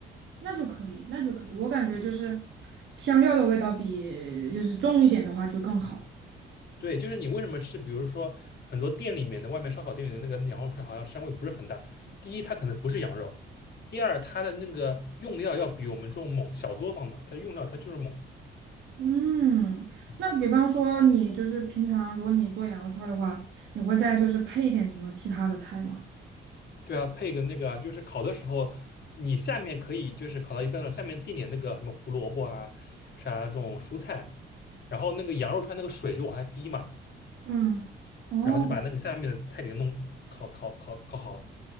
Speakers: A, on the right; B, on the left.
A: 那就可以，那就可以。我感觉就是香料的味道比就是重一点的话就更好。
B: 嗯，对，就是你为什么吃，比如说很多店里面的外面烧烤店里的那个羊肉串，好像膻味不是很大。第一，它可能不是羊肉；第二，它的那个用料要比我们这种猛，小作坊嘛，它用料它就是猛。
A: 嗯，
B: 嗯
A: 那比方说你就是平常如果你做羊肉串儿的话，你会再就是配一点什么其他的菜吗？
B: 对啊，配个那个啊，就是烤的时候，你下面可以就是烤到一半了，下面垫点那个什么胡萝卜啊，啥这种蔬菜，然后那个羊肉串那个水就往下滴嘛，
A: 嗯，哦，
B: 然后就把那个下面的菜给弄烤烤烤烤好了。